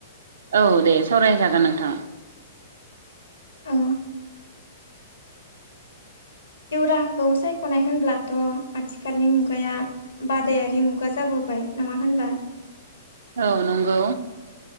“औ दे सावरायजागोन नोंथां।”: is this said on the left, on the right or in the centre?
Right